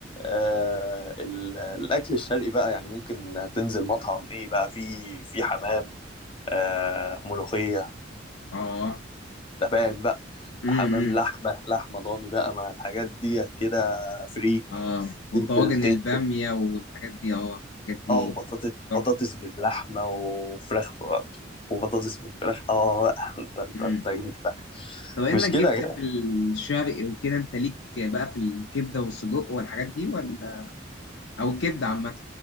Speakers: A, on the left; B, on the left.
A: آه ال- الاكل الشرقي بقى يعني ممكن تنزل مطعم ايه بقى في في حمام آه ملوخيه
B: اه
A: انت فاهم بقى
B: امم
A: حمام لحمه لحمه ضاني بقى مع الحاجات ديت كده فريك
B: اه وطواجن
A: تنزل تنزل
B: البامية والحاجات دي اه الحاجات دي
A: اه وبطاطس
B: تحفة
A: بطاطس باللحمه وفراخ وبطاطس بالفراخ اه بقى. انت انت
B: مم.
A: انت انت
B: طب انك
A: مش كده
B: جبت
A: يا جدع
B: في الشرق وكده انت ليك بقى في الكبدة والسجق والحاجات دي ولا او الكبدة عامة